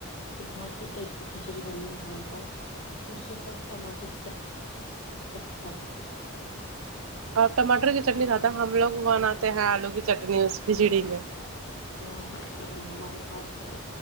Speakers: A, on the left; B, on the right.
A: بہت ہی ٹیسٹی کھچڑی بنی ہے ہمارے پاس اس کے ساتھ ٹماٹے کی چٹن اچ ہاں
B: آپ ٹماٹر کی چٹنی کھاتا ہیں ہم لوگ بناتے ہیں آلو کی چٹنی اس کھچڑی میں
A: امم اب یہ ہمارے پاس تو